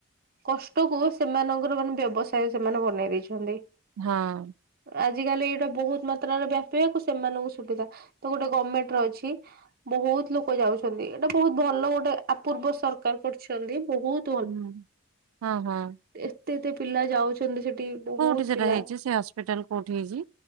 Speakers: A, on the right (about 45°); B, on the right (about 85°).
A: କଷ୍ଟକୁ ସେମାନଙ୍କର ମାନେ ବ୍ୟବସାୟ ସେମାନେ ବନେଇ ଦେଇଛନ୍ତି।
B: ହଁ।
A: ଆଜିକାଲି ଏଇଟା ବୋହୁତ ମାତ୍ରାରେ ବ୍ୟାପିବାକୁ ସେମାନଙ୍କୁ ସୁବିଧା। ତ ଗୋଟେ ଗମେଣ୍ଟର ଅଛି। ବହୁତ ଲୋକ ଯାଉଛନ୍ତି ଏଇଟା ବହୁତ ଭଲ ଗୋଟେ ଆ ପୂର୍ବ ସରକାର କରିଛନ୍ତି ବୋହୁତ
B: ହୁଁ ହଁ ହଁ।
A: ଏତେ ଏତେ ପିଲା ଯାଉଛନ୍ତି ସେଠି ବୋହୁତ
B: କୋଉଠି ସେଟା
A: ପିଲା।
B: ହେଇଛି ସେ ହସ୍ପିଟାଲ କୋଉଠି ହେଇଛି?